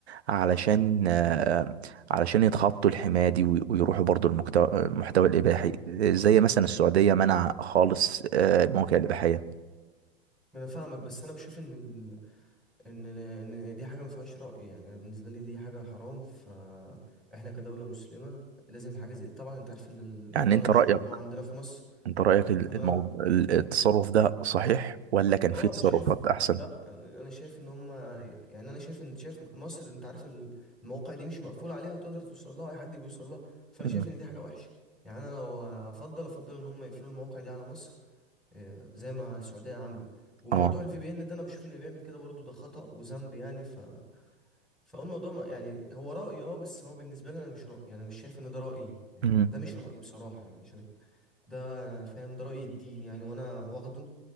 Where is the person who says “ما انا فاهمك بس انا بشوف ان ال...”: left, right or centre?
Centre